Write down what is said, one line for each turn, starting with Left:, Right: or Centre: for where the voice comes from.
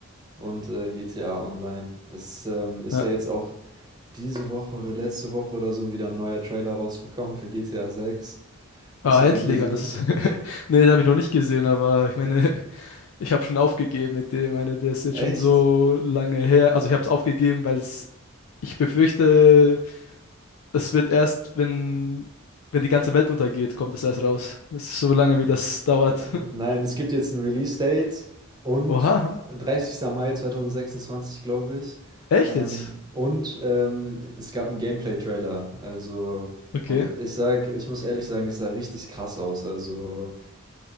Right: und äh, GTA Online. Es ist, ähm, ist
Left: Ja.
Right: ja jetzt auch diese Woche oder letzte Woche oder so wieder ein neuer Trailer rausgekommen für GTA 6. Hast
Left: Ah,
Right: du
Left: endlich,
Right: den gesehen?
Left: man, das. <laughs> Nee, das habe ich noch nicht gesehen, aber ich meine, <laughs> ich habe schon aufgegeben mit dem. Ich meine, der ist jetzt
Right: Echt?
Left: schon so lange her. Also ich habe es aufgegeben, weil es, ich befürchte, das wird erst, wenn, wenn die ganze Welt untergeht, kommt es erst raus. Das ist so lange, wie das dauert.
Right: <laughs> Nein, es gibt jetzt ein Release-Date und
Left: <laughs> Oha,
Right: 30. Mai 2026, glaube ich.
Left: echt
Right: Ähm,
Left: jetzt?
Right: und ähm, es gab einen Gameplay-Trailer. Also,
Left: Okay,
Right: und ich sag, ich muss ehrlich sagen, es sah richtig krass aus. Also,